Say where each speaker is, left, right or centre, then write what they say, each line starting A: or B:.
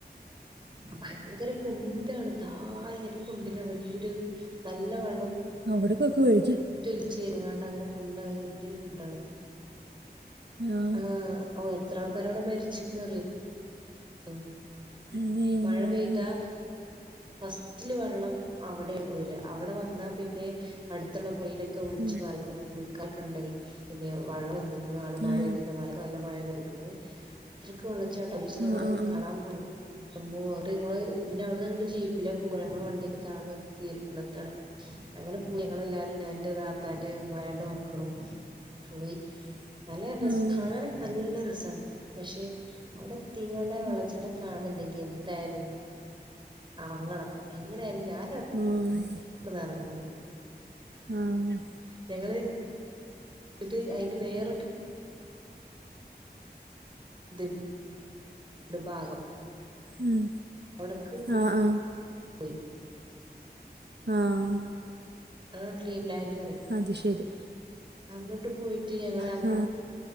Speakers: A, on the right (about 30°); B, on the right (about 85°).
A: ഭയങ്കര കുണ്ടിലാണ് താഴെ ഒരു കുണ്ടിലാണ് വല്യൊരു നല്ല വെള്ളം.
B: അവിട്ക്കൊക്കെ വഴി.
A: കുത്തിഒലിച്ച് വന്ന്ങ്ങാണ്ട് അങ്ങനെ കുണ്ടായി വല്യരു. കുണ്ടാണ്
B: ആ
A: ആഹ ഓ എത്ര ആൾക്കാരവിടെ മരിച്ക്ക്ണ് അറിയോ. മ്മ്
B: അമ്മേ
A: മഴ
B: ആ
A: പെയ്താ. ഫസ്റ്റില് വെള്ളം അവിടെണ് വര അവിടെ വന്നാ പിന്നെ. അടുത്തുള്ള പുഴയിലൊക്കെ
B: പിന്നെ
A: വിളിച്ചു പറിം കുളിക്കാർക്കണ്ടെങ്കിൽ
B: തുടങ്ങിയാണ്
A: പിന്നെ വള്ളം വന്ന്. നല്ല
B: വെള്ളം
A: മഴ മലക്ക് നല്ല മഴ പെയ്ത്ക്ണ്. ഇത്രക് വെള്ളച്ചാട്ടം ഒരീസം ഞങ്ങള്
B: വന്ന് എന്നിട്ട്
A: കാണാൻ പോന്നു ന്റമ്മോ ന്ന്ട്ട് നമ്മള് പിന്നെ അവിടെന്നങ്ങിട്ട് ജീപ്പ്. പോ നമ്മള വണ്ടിയൊക്കെ താഴെ നിർത്തി ഒരു കുളത്താണ്. പോയി ഞങ്ങളെല്ലാരും ഞാൻ ന്റെ താത്തന്റെ മ്മ രണ്ട് മക്കളും. പോയി
B: വന്നു
A: നല്ല
B: ആഹ് ആഹ്
A: രസ കാണാനൊക്കെ നല്ല രസാണ് പക്ഷെ. അവടെത്തീങ്ങാണ്ട
B: ഉം
A: വെള്ളച്ചാട്ടം കാൺണ്ടെങ്കി എന്തായാലും. അറങ്ങണം എങ്ങനെയാലും ഞാനവി
B: ആഹ്.
A: പ്പന്നർങ്ങൂല.
B: ആഹ്
A: ഞങ്ങള് ഇത് അയ്ന്റെ വേറൊര് ത്. ഒരു ഭാഗം.
B: ഉം
A: അവിടക്ക്
B: ആ ആ
A: പോയി
B: ആഹ്
A: അത് ഡ്രീം ലാൻഡ് പറിം
B: അത് ശരി
A: അങ്ങട്ട് പോയിട്ട് ഞങ്ങള് അങ്ങട്ട്.
B: ആഹ്